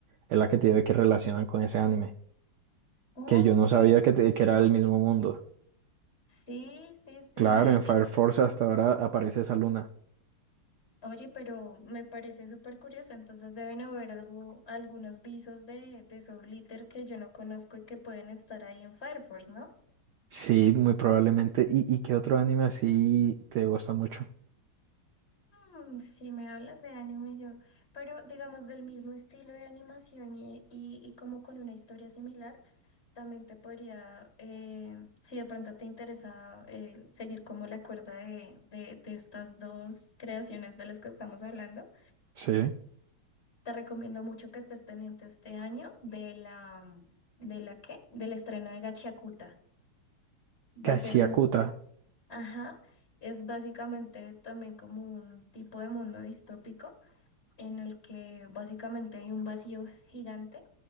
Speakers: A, on the right (about 75°); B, on the left (about 30°).
A: es la que tiene que relacionan con ese anime,
B: Ok.
A: que yo no sabía que, te- que era el mismo mundo.
B: Sí, sí, sí.
A: Claro, en Fire Force hasta ahora aparece esa luna.
B: Oye, pero me parece súper curioso, entonces deben haber algo, algunos visos de, de Soul Glitter que yo no conozco y que pueden estar ahí en Fire Force, ¿no?
A: Sí, muy probablemente. ¿Y, y qué otro anime así te gusta mucho?
B: Mm, si me hablas de anime yo, pero digamos del mismo estilo de animación y, y, y como con una historia similar, también te podría, eh, si de pronto te interesa eh, seguir como la cuerda de, de, de estas dos creaciones de las que estamos hablando.
A: Sí.
B: Te recomiendo mucho que estés pendiente este año de la, ¿de la qué? Del estreno de Gachiakuta. Va
A: Kashiakuta.
B: a ser muy, ajá, es básicamente también como un tipo de mundo distópico en el que básicamente hay un vacío gigante